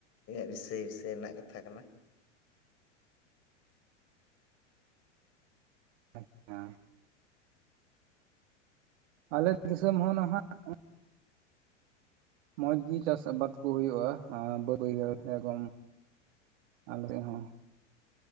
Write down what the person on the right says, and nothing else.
ᱟᱪᱪᱷᱟ <inaudible> ᱟᱞᱮ ᱫᱤᱥᱚᱢ ᱦᱚᱸ ᱱᱟᱦᱟᱜ <inaudible> ᱢᱚᱸᱡᱽᱜᱤ ᱪᱟᱥ ᱟᱵᱟᱫ ᱠᱚ ᱦᱩᱭᱩᱜᱭᱼᱟ ᱵᱟᱹᱫ ᱵᱟᱹᱭᱦᱟᱹᱲ ᱮᱜᱚᱢ <inaudible> ᱟᱢᱨᱮ ᱦᱚᱸ